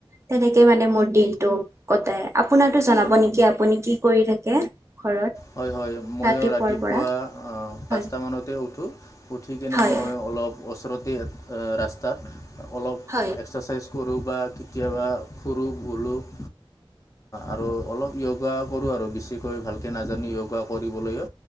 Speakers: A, on the right; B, on the left.
A: তেনেকে মানে মোৰ দিনটো কট আপোনাৰটো জনাব নেকি আপুনি কি কৰি থাকে? ঘৰত
B: হয়, হয় ময়ো
A: ৰাতিপুৱাৰ
B: ৰাতিপুৱা
A: পৰা
B: পাঁচ
A: হয়
B: মানতে উঠো, উঠি কেনে
A: হয়
B: মই অলপ ওচৰতে ৰাস্তাত অলপ
A: হয়
B: এক্সাৰচাইজ কৰোঁ বা কেতিয়াবা ফুৰোঁ বুলোঁ অ, আৰু অলপ য়োগা কৰো, আৰু বেছিকৈ ভালকে নাজ জানো যয়োগা কৰিবলৈও